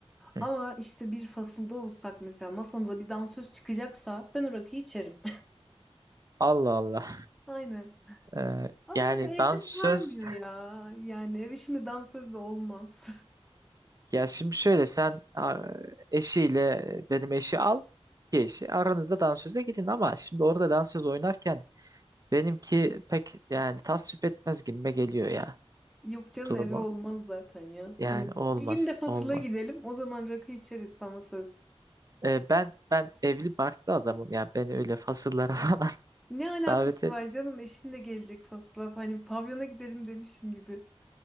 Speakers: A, on the right; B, in the centre.
A: hı.
B: Ama işte bir fasılda olsak mesela masamıza bir dansöz çıkacaksa ben o rakıyı içerim.
A: Allah Allah.
B: <laughs> Aynen.
A: Ee,
B: Ama
A: yani
B: böyle
A: dansöz
B: evde sarmıyor ya. Yani eve şimdi dansöz de olmaz. <laughs>
A: ya şimdi şöyle sen a, eşiyle benim eşi al ki eşi aranızda dansöze gidin ama şimdi orada dansöz oynarken benimki pek yani tasvip etmez gibime geliyor ya.
B: Yok canım
A: durumu.
B: eve olmaz zaten ya.
A: Yani
B: Hani
A: olmaz,
B: bir gün de fasıla
A: olmaz.
B: gidelim. O zaman rakı içeriz sana söz.
A: Ee, ben ben evli barklı adamım ya. Beni öyle fasıllara <laughs> falan
B: Ne alakası
A: davet et.
B: var canım? Eşin de gelecek fasıla. Hani pavyona gidelim demişim gibi.